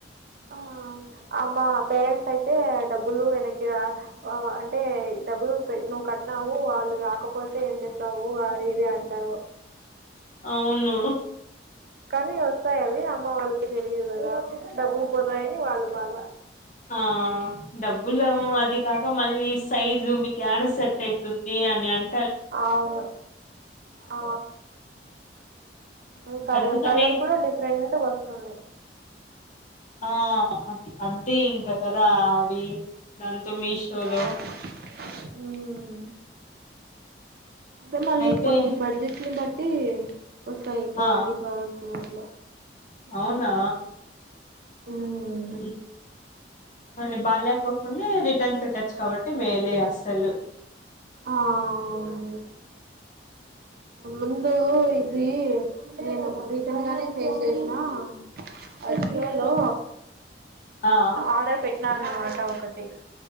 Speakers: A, on the right; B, on the left.
A: ఆ ఆమా పేరెంట్స్ అయితే డబ్బులు వెనక్కి రా అంటే డబ్బులు నువ్వు కట్టినావు వా రాకపోతే ఏం చేస్తావు అది ఇది అంటారు
B: అవును
A: కానీ వస్తాయవి అమ్మ వాళ్ళకి తెలియదు కదా డబ్బులు పోతాయని వాళ్ళు బాధ
B: ఆ డబ్బులు అది కాక మళ్ళీ సైజు మీకు ఎడ సెట్ అయితుం ఏం అనియన్
A: అవును ఆ క
B: అందుకని
A: కలర్ కూడా డిఫరెంట్ వస్తుంది
B: ఆ అంతే ఇంక కదా అవి అం త మీషోలో
A: అవును ఉమ్ అంటే మళ్ళీ
B: అయితే
A: కొన్ని బడ్జెట్ ని బట్టి వస్తాయి క్వాలిటీ
B: ఆ
A: ప్రోడక్ట్స్ అట్ల
B: అవునా
A: మ్మ్
B: హ్మ్ మళ్ళీ బాలేకోకుంటే రి టన్ పెట్టొచ్చు కాబట్టి మేలే అసలు
A: అవునండి ముందు ఇది నేను రీసెంట్ గానే ఫేస్ చేసినా అ జియోలో
B: ఆ
A: ఆర్డర్ పెట్టినా అన్నమాట ఒకటి